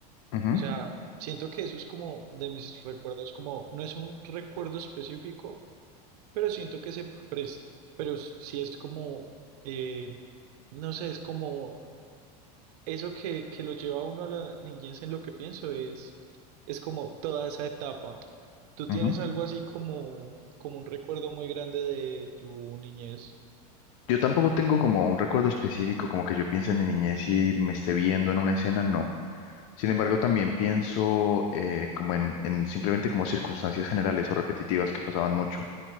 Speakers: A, on the left; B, on the right.
A: ujú,
B: O sea, siento que eso es como de mis recuerdos, como no es un recuerdo específico, pero siento que se presta, pero sí es como, eh, no sé, es como eso que, que lo lleva a uno a la niñez en lo que pienso es, es como toda esa etapa. ¿Tú tienes
A: ujú.
B: algo así como, como un recuerdo muy grande de tu niñez?
A: Yo tampoco tengo como un recuerdo específico, como que yo piense en mi niñez y me esté viendo en una escena, no. Sin embargo, también pienso eh, como en, en simplemente como circunstancias generales o repetitivas que pasaban mucho.